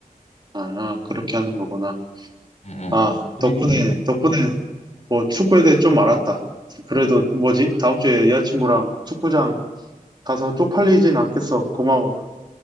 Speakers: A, on the right; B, on the left.
A: 아, 그렇게 하는 거구나.
B: 응, 응.
A: 아,
B: 그리고
A: 덕분에, 덕분에 뭐 축구에 대해 좀 알았다. 그래도 뭐지? 다음 주에 여자친구랑 축구장 가서 쪽팔리진 않겠어. 고마워.